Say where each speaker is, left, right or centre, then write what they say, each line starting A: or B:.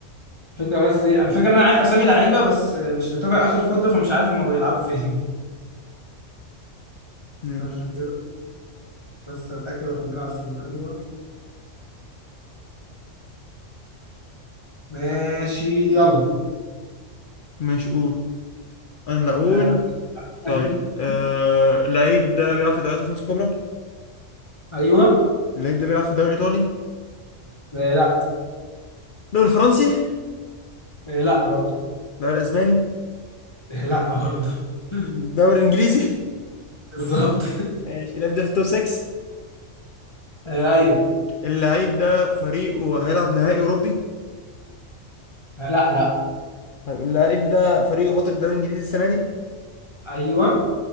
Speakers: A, on the left (about 25°); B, on the left (about 60°).
A: الفكرة بس ايه الفكرة ان انا عارف اسامي لعيبة بس مش متابع اخر فترة فمش عارف هما بيلعبوا فين <laughs>
B: ماشي
A: استنى كده بس اتأكد هو كان بيلعب فين ايوه ماشي يلا
B: ماشي قول انا لا اقول
A: آه... <laughs>
B: طيب آه... اللعيب ده بيلعب في الدوريات الخمسه الكبرى
A: ايوه
B: اللعيب ده بيلعب في الدوري الايطالي
A: آه لا
B: الدوري الفرنسي
A: آه لا برضه
B: الدوري الاسباني
A: آه لا برضه <laughs>
B: الدوري الانجليزي
A: بالظبط
B: <laughs> ماشي اللعيب ده في التوب 6
A: <laughs> آه ايوه
B: اللعيب ده فريقه هيلعب نهائي اوروبي
A: لا لا
B: طيب اللعيب ده فريقه بطل الدوري الانجليزي السنه دي
A: ايوه